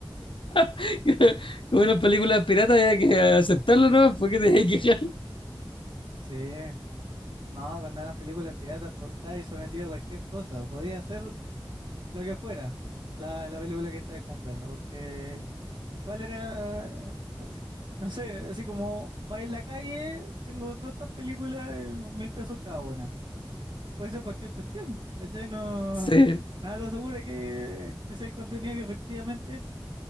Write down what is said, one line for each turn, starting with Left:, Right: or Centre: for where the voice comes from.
Left: <laughs> Como en las películas piratas hay que aceptarlo, ¿no? Porque te hay que quejar.
Right: Sí, no, cuando eran películas piratas, pues, estabas ahí sometido a cualquier cosa. Podía hacer lo que fuera la, la película que estabas comprando, porque ¿Cuál era? <laughs> No sé, así como va en la calle, tengo todas estas películas, eh, mil pesos cada una. Puede ser cualquier cuestión, ¿cachai? No,
Left: Sí,
Right: nada te asegura que, que sea el contenido que efectivamente,